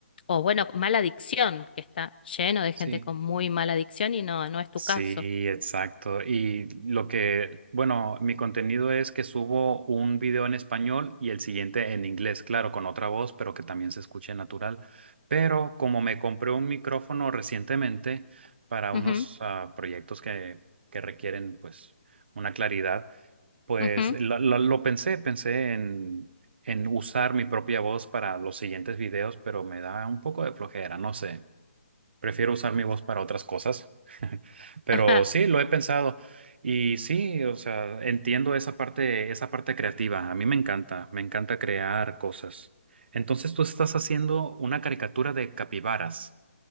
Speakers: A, on the left; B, on the right.
A: o bueno, mala dicción, que está lleno de
B: sí.
A: gente con muy mala dicción y no, no es tu
B: Sí,
A: caso.
B: exacto. Y lo que, bueno, mi contenido es que subo un video en español y el siguiente en inglés, claro, con otra voz, pero que también se escuche natural. Pero como me compré un micrófono recientemente para unos
A: Ujú,
B: ah, proyectos que, que requieren, pues, una claridad, pues
A: ujú,
B: lo, lo- lo pensé, pensé en, en usar mi propia voz para los siguientes videos, pero me da un poco de flojera, no sé. Prefiero usar mi voz para otras cosas, <laughs> pero
A: <laughs> ajá.
B: sí, lo he pensado. Y sí, o sea, entiendo esa parte, esa parte creativa. A mí me encanta, me encanta crear cosas. Entonces tú estás haciendo una caricatura de capibaras,